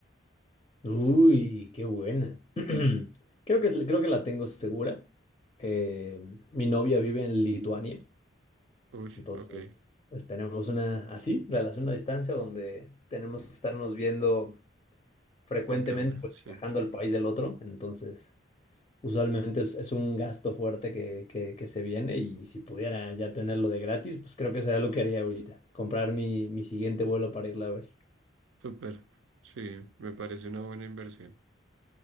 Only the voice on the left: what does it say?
Uy, qué buena. <clears throat> Creo que, es- creo que la tengo segura. Eh, mi novia vive en Lituania.
Entonces,
pues tenemos una así, relación a distancia, donde tenemos que estarnos viendo frecuentemente,
pues
viajando al país del otro. Entonces, usualmente es, es un gasto fuerte que, que, que se viene y si pudiera ya tenerlo de gratis, pues creo que sería lo que haría ahorita, comprar mi, mi siguiente vuelo para irla a ver.